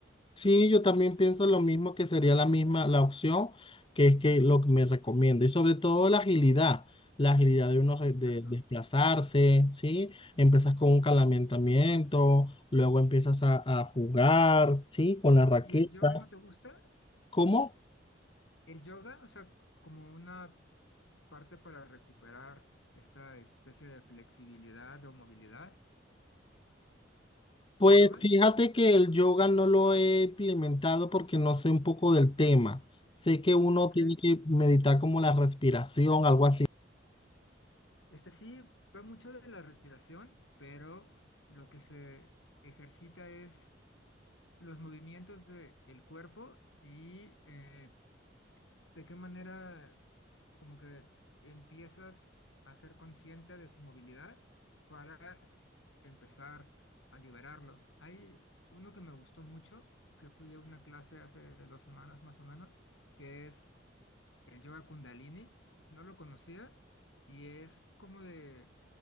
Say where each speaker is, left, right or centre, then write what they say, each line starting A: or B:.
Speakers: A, on the left; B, on the left.
A: Sí, yo también pienso lo mismo que sería la misma, la opción que es que lo que me recomienda y sobre todo la agilidad, la agilidad de uno re- de,
B: Exacto.
A: desplazarse, ¿sí? Empiezas con un calentamiento, luego empiezas a, a jugar, ¿sí? Con la raqueta.
B: ¿Y el yoga no te gusta?
A: ¿Cómo?
B: El yoga, o sea, como una parte para recuperar esta especie de flexibilidad o movilidad
A: Pues
B: con yoga.
A: fíjate que el yoga no lo he implementado porque no sé un poco del tema. Sé que uno
B: Ok,
A: tiene que meditar como la respiración, algo así.
B: este sí va mucho de la respiración, pero lo que se ejercita es los movimientos del cuerpo y eh, de qué manera como que empiezas a ser consciente de su movilidad para empezar a liberarlo. Hay uno que me gustó mucho, que fui a una clase hace dos semanas más o menos, que es el yoga Kundalini. No lo conocía y es como de